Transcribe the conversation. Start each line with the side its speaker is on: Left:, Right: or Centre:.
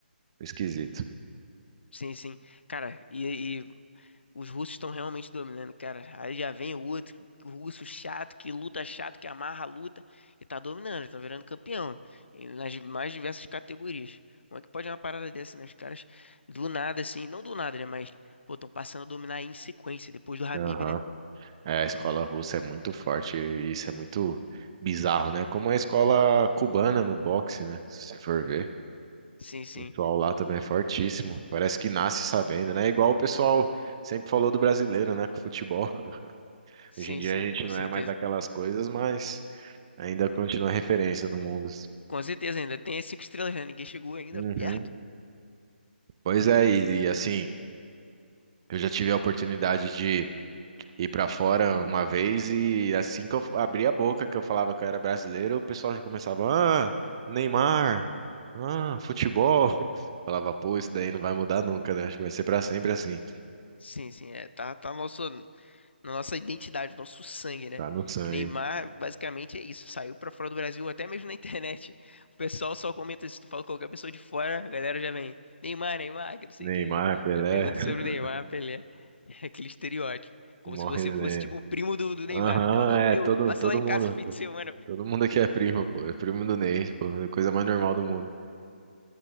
Right: esquisito.
Left: Sim, sim. Cara, e, e os russos estão realmente dominando, cara. Aí já vem o outro, russo chato, que luta chato, que amarra a luta, e tá dominando, tá virando campeão, em- nas mais diversas categorias. Como é que pode uma parada dessa, né? Os caras, do nada, assim, não do nada, né? Mas, pô, estão passando a dominar em sequência, depois do Habib,
Right: Aham,
Left: né?
Right: É, a escola russa é muito forte e isso é muito bizarro, né? Como a escola cubana no boxe, né? Se você for ver.
Left: Sim, sim.
Right: O pessoal lá também é fortíssimo. Parece que nasce sabendo, né? Igual o pessoal sempre falou do brasileiro, né? Com o futebol. <laughs>
Left: Sim,
Right: Hoje em dia
Left: sim,
Right: a gente
Left: com
Right: não
Left: certeza.
Right: é mais aquelas coisas, mas ainda continua referência no mundo.
Left: Com certeza ainda. Tem as cinco estrelas, né? Ninguém chegou ainda
Right: Uhum.
Left: perto.
Right: Pois é, e, e assim, eu já tive a oportunidade de ir pra fora uma vez e assim que eu abria a boca que eu falava que eu era brasileiro, o pessoal já começava, ah, Neymar, ah, futebol. <laughs> Falava, pô, isso daí não vai mudar nunca, né? Acho que vai ser pra sempre assim.
Left: Sim, sim, é, tá, tá nosso. na nossa identidade, nosso sangue, né?
Right: Tá no sangue.
Left: E Neymar, basicamente, é isso. Saiu pra fora do Brasil, até mesmo na <laughs> internet. O pessoal só comenta, se tu fala com qualquer pessoa de fora, a galera já vem, Neymar, Neymar, que não sei
Right: Neymar,
Left: o que.
Right: Pelé,
Left: Já pergunta
Right: <laughs>
Left: sobre o Neymar, Pelé. <laughs> aquele estereótipo. Como
Right: morre
Left: se você fosse,
Right: né
Left: tipo, o primo do, do Neymar.
Right: Aham,
Left: Não, é meu
Right: é,
Left: primo,
Right: todo,
Left: passa
Right: todo
Left: lá em
Right: mundo.
Left: casa <laughs> fim de semana.
Right: Todo mundo aqui é primo, pô. É primo do Ney, pô. É a coisa mais normal do mundo.